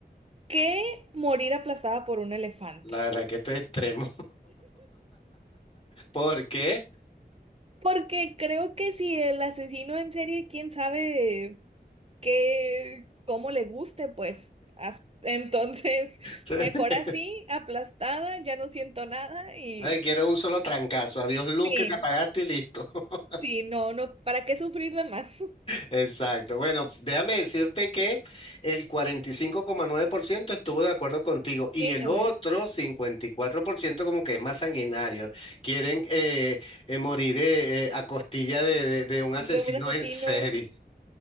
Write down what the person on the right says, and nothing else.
que morir aplastada por un elefante.
Porque creo que si el asesino en serie, quién sabe, que como le guste, pues. As- Entonces, <laughs>
mejor así, aplastada, ya no siento nada y
sí,
sí, no, no, ¿para qué sufrir de más? <laughs>
Sí,
a
ver,
de un asesino,